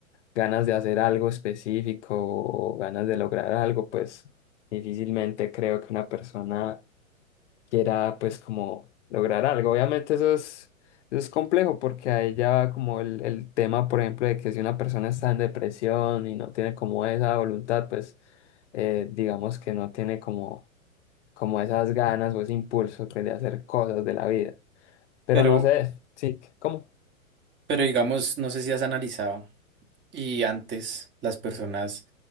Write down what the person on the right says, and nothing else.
Pero,
pero digamos, no sé si has analizado y antes las personas.